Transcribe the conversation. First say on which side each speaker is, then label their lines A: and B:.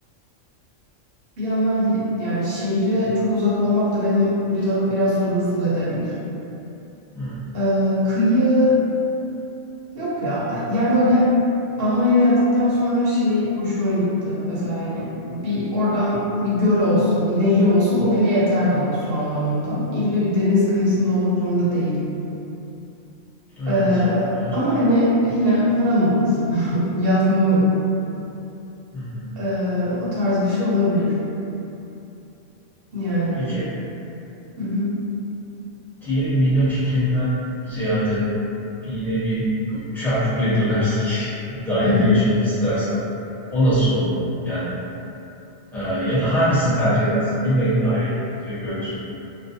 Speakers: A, on the right; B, in the centre.
A: bir yandan y- yani şehre çok uzak olmak da benim biraz, biraz huzursuz edebilir.
B: Hmm,
A: Eee, kıyı Yok ya yani böyle Almanya'ya geldikten sonra şey hoşuma gitti. Mesela hani bir oradan bir göl olsun, bir nehir olsun o bile yeter bana su anlamında. İlle bir deniz kıyısında olmak zorunda değil.
B: evet,
A: Ee,
B: bence
A: ama
B: de.
A: hani yine paran olur, <laughs> yazlığın olur.
B: Hı hı.
A: Ee, o tarz bir şey olabilir. Yani
B: Peki
A: hı hı,
B: diyelim villa fikrinden ziyade yine bir bu chart bile dönersek bir dairede
A: hı hı.
B: yaşamak istersen o nasıl olmalı? Yani e, ya da hangisini tercih edersin? Villayı mı daireyi mi? Direkt öyle sor.